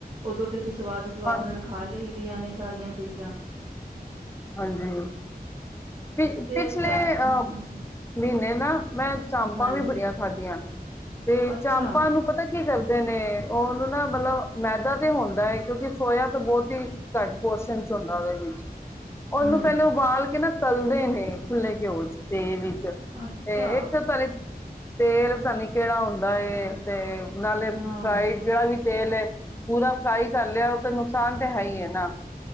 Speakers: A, on the right; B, on the left.
A: ਓਦੋ ਤੇ ਅਸੀ ਸਵਾਦ ਸਵਾਦ
B: ਹਾਂ
A: ਨਾਲ ਖਾ ਲਈ ਦੀਆਂ ਨੇ ਸਾਰੀਆਂ ਚੀਜਾਂ।
B: ਹਾਂਜੀ, ਪਿ
A: ਤੇ
B: ਪਿਛਲੇ,
A: ਅੱਛਾ
B: ਅਹ
A: ਹਾਂ
B: ਮਹੀਨੇ ਨਾ ਮੈਂ ਚਾਮਪਾਂ
A: ਹਾਂਜੀ
B: ਵੀ ਬੜੀਆਂ ਖਾਦੀਆ, ਤੇ
A: ਅੱਛਾ
B: ਚਾਮਪਾਂ ਨੂੰ ਪਤਾ ਕੀ ਕਰ ਦੇ ਨੇ, ਓਨੂੰ ਨਾ ਮਤਲਬ ਮੈਦਾ ਤੇ ਹੁੰਦਾ ਏ ਕਯੂਕਿ ਸੋਯਾ ਤੇ ਬਹੁਤ ਹੀ ਘੱਟ ਪੋਰਸ਼ਨ ਚ ਹੁੰਦਾ ਓਦੇ ਵਿੱਚ ਓਨੂੰ
A: ਹਮ
B: ਪੈਲੇ ਉਬਾਲ ਕੇ ਨਾ ਤਲਦੇ ਨੇ, ਖੁੱਲੇ ਘਿਓ ਚ ਤੇਲ ਚ,
A: ਅੱਛਾ
B: ਤੇ ਇੱਕ ਤੁਆ- ਤੇਲ ਪ੍ਰਾ ਨੀ ਕੇੜਾ ਹੁੰਦਾ ਏ, ਤੇ ਨਾਲੇ ਫਰਾਈਡ
A: ਹਾਂ
B: ਜੇੜਾ ਵੀ ਤੇਲ ਏ। ਪੂਰਾ ਫਰਾਈ ਕਰ ਲਿਆ ਓਹ ਤ ਨੁਕਸਾਨ ਤੇ ਹੈ ਹੀ ਏ ਨਾ।